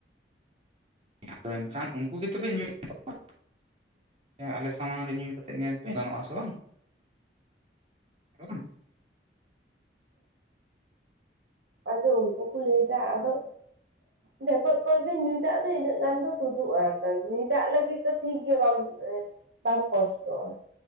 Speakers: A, on the right (about 35°); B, on the right (about 65°).
A: ᱟᱫᱚ ᱮᱱᱠᱷᱟᱱ ᱩᱱᱠᱩ ᱜᱮ ᱛᱚᱵᱮᱧ ᱠᱚᱣᱟ ᱟᱞᱮ ᱥᱟᱢᱟᱝ ᱨᱮ ᱧᱩ ᱠᱟᱛᱮ ᱧᱮᱞ ᱯᱮ ᱜᱟᱱᱚᱜ ᱟᱥᱮ ᱵᱟᱝ <unintelligible>
B: ᱟᱫᱚ ᱩᱱᱠᱩ ᱠᱚ ᱞᱟᱹᱭᱫᱟ ᱟᱫᱚ ᱰᱷᱮᱠᱚᱡ ᱠᱚᱞ ᱧᱩᱭ ᱫᱟᱜ ᱫᱚ ᱤᱱᱟᱹᱜ ᱜᱟᱱ ᱫᱚ ᱛᱩᱫᱩᱜᱼᱟ ᱧᱩᱭ ᱫᱟᱜ ᱞᱟᱹᱜᱤᱫ ᱫᱚ ᱴᱷᱤᱠᱜᱮᱭᱟ ᱵᱟᱝ <unintelligible> ᱵᱟᱢ ᱠᱚᱥᱴᱚ ᱼᱟ